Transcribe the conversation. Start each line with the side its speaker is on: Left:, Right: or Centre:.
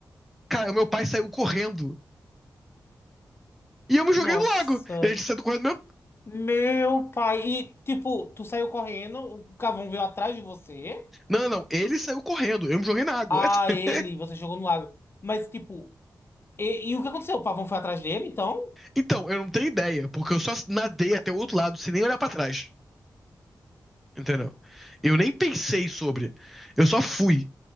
Centre: Cara, o meu pai saiu correndo. E eu me joguei
Left: Nossa,
Centre: no lago. A gente saiu correndo mesmo.
Left: meu pai. E tipo, tu saiu correndo, o cavão veio atrás de você,
Centre: Não, não, não. Ele saiu correndo. Eu me joguei na água.
Left: a
Centre: <laughs>
Left: ele, você jogou no lago. Mas tipo, E, e o que aconteceu? O pavão foi atrás dele, então?
Centre: Então, eu não tenho ideia, porque eu só nadei até o outro lado, sem nem olhar pra trás. Entendeu? Eu nem pensei sobre. Eu só fui.